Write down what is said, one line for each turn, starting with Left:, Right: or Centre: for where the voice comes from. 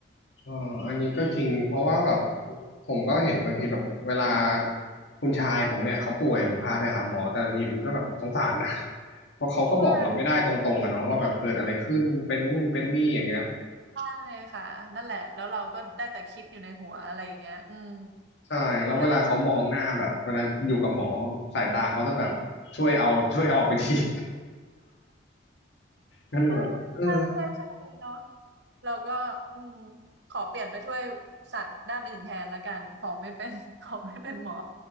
Left: เอออันนี้ก็จริงเพราะว่าแบบผมก็เห็นบางทีแบบเวลาคุณชายผมเนี่ยเขาป่วยผมพาไปหาหมอแต่ละทีผมก็แบบสงสารนะ <laughs> เพราะเขาก็บอกเราไม่ได้ตรงๆอะเนาะว่าแบบเกิดอะไรขึ้นเป็นนู่นเป็นนี่อย่างเงี้ย
Right: ว่า ใช่ค่ะนั่นแหละแล้วเราก็ได้แต่คิดอยู่ในหัวอะไรอย่างเงี้ยอืม
Left: ใช่แล้วเวลาเขามองหน้าแบบเวลาอยู่กับหมอสายตาเขาจะแบบช่วยเอาช่วยออกไปที
Right: ก็เลย
Left: <laughs> ก็เลยแบบเออ
Right: เออใช่ใช่ใช่เนาะเราก็อืมขอเปลี่ยนไปช่วยสัตว์ด้านอื่นแทนละกันขอไม่เป็น <laughs> ขอไม่เป็นหมอ